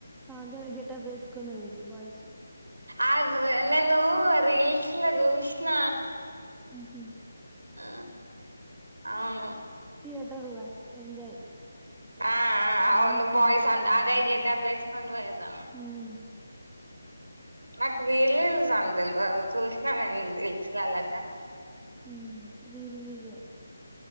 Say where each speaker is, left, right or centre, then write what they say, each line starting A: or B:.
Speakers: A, in the centre; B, on the right (about 90°).
A: కా గేటాబేస్కునీ పోయిర్రు బయస్
B: ఆద్ రే నేను రీల్స్ లో చూసిన
A: ఊహూ
B: ఆ అవును
A: థియేటర్లో ఎంజాయ్
B: ఆ ఆ
A: డాన్సులు
B: అవును బాయ్స్ అంత అదే
A: అది
B: గెటప్
A: ఇది
B: వేసుకొని పోయిర్రు అవును
A: ఉమ్మ్
B: నాకు రీలీస్ అని తెల్వదు చూసిన నేను రీల్స్ లల్లాగానీ
A: ఉమ్మ్ రీ రిలీజే